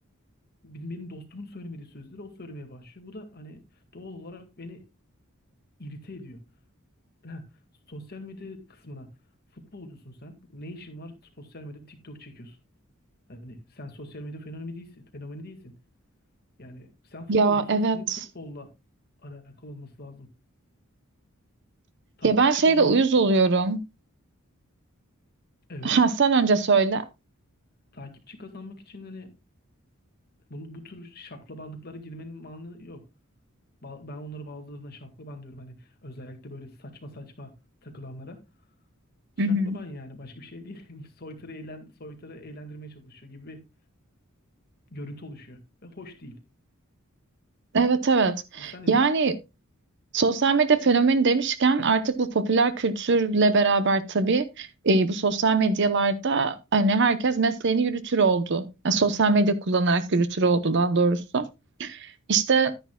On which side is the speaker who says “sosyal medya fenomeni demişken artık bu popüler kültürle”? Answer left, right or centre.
Right